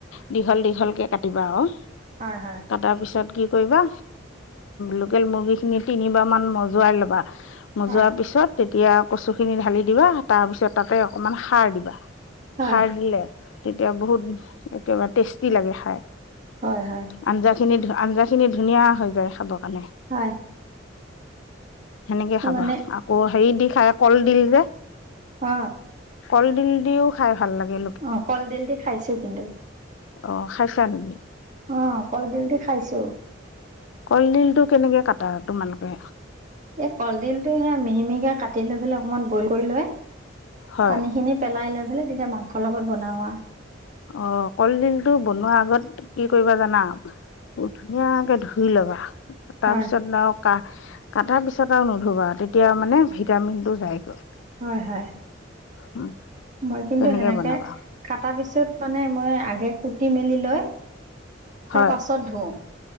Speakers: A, on the left (about 80°); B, on the right (about 40°).
A: দীঘল দীঘলকে কাটিবা আৰু
B: হয় হয়
A: কটাৰ পিছত গ কৰিবা লোকেল মুৰ্গীখিনি তিনিবাৰমান মজুৱাই ল'বা মোজোৱাৰ
B: হয়
A: পিছত তেতিয়া কচু খিনি ঢালি দিবা তাৰ পিছত তাতে অকনমান সাৰ দিবা
B: হয়
A: হাৰলে তেতিয়া বহুত া টেষ্টি লাগে খাই
B: হয় হয় হয়
A: আঞ্জা খিনি আঞ্জা খিনি ধুনীয়া হৈ যায় খাব মানে
B: হয়
A: সেনেকে খাবা
B: মানে
A: আকৌ হেৰি দি খাই কল দিল যে
B: অ
A: কলডিল দিও খাই ভাল লাগে
B: অ কলডিল দি খাইছো কিন্তু
A: অ খাইছা নেকি
B: অ কলডিল দি খাইছো
A: কলডিলটো কেনেকে কটা তোমালোকে
B: এই কলডিলটো সে মিহি মিহিকে কাটি লৈ পলে অকমান বইল কৰি লয়
A: হয়
B: পানী খিনি পেলাই লৈ বলে তেতিয়া মাংসৰ লগত বনওঁোৱা
A: অ কলডিলটো বনোৱা আগত কি কৰিবা জানা ধুনীয়াকে ধুই লবা
B: হয়
A: তাৰ পিছত আৰু ক কাটাৰ পিছ পচা এটাও নুধুবা আৰু তেতিয়া মানে ভিটামিনটো যায়গৈ
B: হয় হয়
A: উম,
B: মই কিন্তু
A: তেনেকে
B: সেনেকে
A: বনাবা
B: কটা পিছত মানে মই আগে কুটি মেলি লৈ
A: হয়
B: তাৰ পাছত ধো